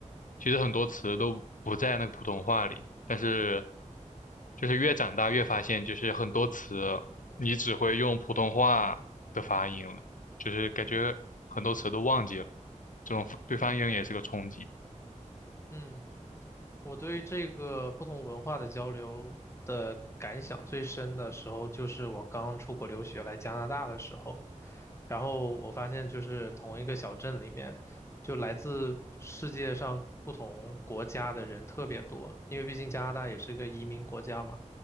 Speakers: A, on the left (about 85°); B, on the left (about 20°).
A: 其实很多词都不在那个普通话里，但是就是越长大越发现，就是很多词你只会用普通话的发音了，就是感觉很多词都忘记了，这种对方言也是个冲击。
B: 嗯，我对这个不同文化的交流的感想最深的时候，就是我刚出国留学来加拿大的时候，然后我发现就是同一个小镇里面，就来自世界上不同国家的人特别多，因为毕竟加拿大也是个移民国家嘛。